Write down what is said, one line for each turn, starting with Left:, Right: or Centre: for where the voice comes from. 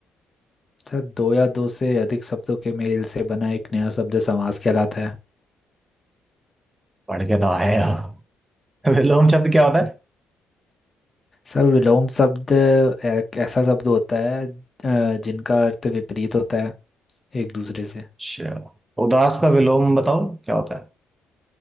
Left: सर दो या दो से अधिक शब्दों के मेल से बना एक नया शब्द समास कहलाता है
Right: पढ़ के तो आए हो <laughs> विलोम शब्द क्या होता है
Left: सर विलोम शब्द एक ऐसा शब्द होता है अ, जिनका अर्थ विपरीत होता है एक दूसरे से
Right: चलो उदास का विलोम बताओ क्या होता है